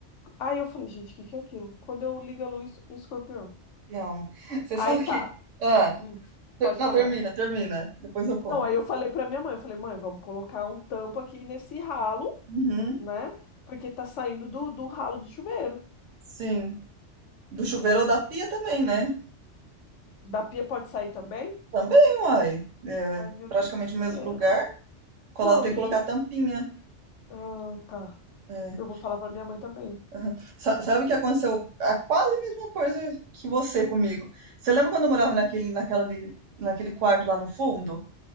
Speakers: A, on the left; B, on the right.
A: Aí eu falei, gente, o que que é aquilo? Quando eu ligo a luz, um escorpião.
B: Não. <laughs> Você
A: Aí
B: sabe
A: tá,
B: que. Ah,
A: hum,
B: ter-
A: pode
B: não,
A: falar.
B: termina, termina. Depois eu conto.
A: Não, aí eu falei pra minha mãe, eu falei, mãe, vamos colocar um tampo aqui nesse ralo,
B: Uhum,
A: né? Porque tá saindo do, do ralo do chuveiro.
B: sim. Do chuveiro ou da pia também, né?
A: Da pia pode sair também?
B: Também, uai. É,
A: Ai, meu
B: praticamente
A: Deus do céu.
B: no mesmo lugar. Colo-
A: Não,
B: Tem
A: e...
B: que colocar tampinha.
A: Ah, tá.
B: É.
A: Eu vou falar pra minha mãe também.
B: Aham. Sa- Sabe o que aconteceu? A quase mesma coisa que você comigo. Você lembra quando eu morava naquele, naquela, ali- naquele quarto lá no fundo,